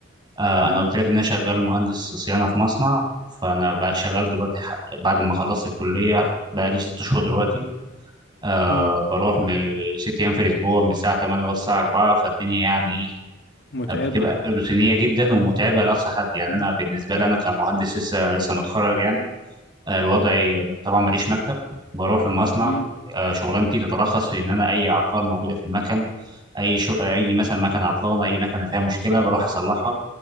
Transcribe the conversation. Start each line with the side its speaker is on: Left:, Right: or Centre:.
Right: آه، انا
Left: اه
Right: قلت لك ان انا شغال مهندس صيانة في مصنع فانا بقى شغال دلوقتي ح- بعد ما خلصت الكلية بقى لي ست شهور دلوقتي آه،
Left: امم
Right: بروح من ست ايام في الاسبوع من الساعة 8 للساعة 4 فالدنيا يعني إيه
Left: متعبة
Right: بتبقى روتينيه جدا ومتعبه لاقصى حد يعني
Left: امم
Right: انا بالنسبه لي انا كمهندس لسه لسه متخرج يعني آه، الوضع طبعا ماليش مكتب بروح المصنع
Left: امم
Right: آه، شغلانتي تتلخص في ان انا اي عطار موجوده في المكن اي شو اي مثلا مكنه عطلانه اي مكنه فيها مشكله بروح اصلحها